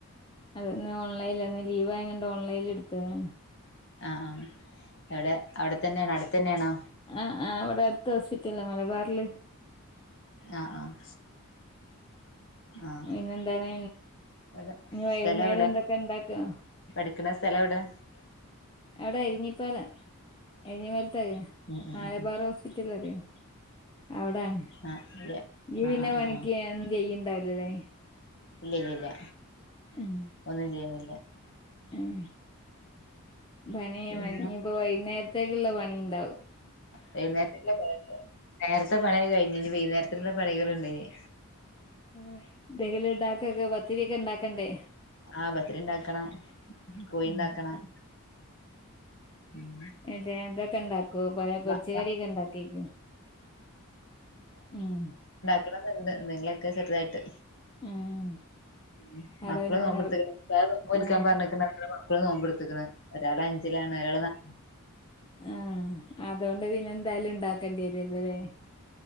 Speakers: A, on the left; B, on the left.
A: അതെ ഇന്ന് ഓൺലൈൻലാന്ന് ലീവായങ്ങാണ്ട് ഓൺലൈൻല് എടുത്തതാണ്.
B: ആഹ് എവടെ അവടെ തന്നെയാണോ അടുത്തന്നെയാണോ?
A: ആഹ് ആഹ് ഇവടെ അടുത്ത ഹോസ്പിറ്റലാ മലബാറില്
B: ആഹ് ആഹ് ആഹ്
A: ഇന്നെന്താണ്
B: എവിടെ
A: ഇനി വൈകുന്നേരം
B: സ്ഥലം എവിടെ
A: എന്തൊക്കെണ്ടാക്കാ?
B: പഠിക്കണ സ്ഥലെവടെ?
A: അവടെ എരിഞ്ഞിപ്പാലം എരിഞ്ഞിപ്പാലത്തെ
B: ഉം ഉം
A: മലബാറ്
B: ഉം ഉം
A: ഹോസ്പിറ്റലറിയോ? അവിടാണ്
B: ആഹ് ഇല്ല
A: ഇയ്യ്
B: ആഹ്
A: പിന്നെ
B: ആഹ്
A: പണിക്ക്
B: ആഹ് ആഹ്
A: ഒന്നും ചെയ്യ്ണ്ടാവിലലേ
B: ഇല്യ ഇല്യ ഇല്യ
A: ഉം
B: ഒന്നും ചെയ്യുന്നില്യ
A: ഉം പണി
B: പിന്നെ
A: ഇനിപ്പോ വൈന്നേരത്തേക്കിള്ള പണിണ്ടാവും
B: വൈന്നേരത്തേക്കിള്ള പണിണ്ടാവും നേരത്തെ പണിയൊക്കെ കയിഞ്ഞ്, ഇനി വൈന്നേരത്തിനിള്ള പണികള്ണ്ട് ഇനി.
A: ഉം എന്തെങ്കിലും ഇണ്ടാക്കൊക്കെ പത്തിരിയൊക്കെ ഇണ്ടാക്കണ്ടേ?
B: ആ പത്തിരി ഇണ്ടാക്കണം കോയിണ്ടാക്കണം
A: ഉം
B: ഉം
A: ഏഹ് ഇതൊക്കെണ്ടാക്കോ പ പൊരിച്ച
B: മ മ
A: കടിയൊക്കെ ഇണ്ടാക്കേയ്ക്കും ഉം
B: ണന്ന്ണ്ട് എന്തെങ്കിലൊക്കെ ചെറുതായിട്ട്
A: ഉം
B: ഉം
A: അവിടെ
B: മക്കള്
A: പിന്നെ
B: നോമ്പ്ട്ത്ത്ക്ക്ണ്
A: നിറ
B: ഉസ്താദ് നോമ്പ് നോൽക്കാൻ
A: ആ
B: പറഞ്ഞ്ക്ക്ണ് <unintelligible> മക്കള് നോമ്പെടുത്ത്ക്ക്ണ് ഒരാളഞ്ചിലാണ് ഒരാള് <unintelligible>
A: ആഹ് അതോണ്ട് പിന്നെന്തായാലും ഇണ്ടാക്കണ്ടിരില്ലലെ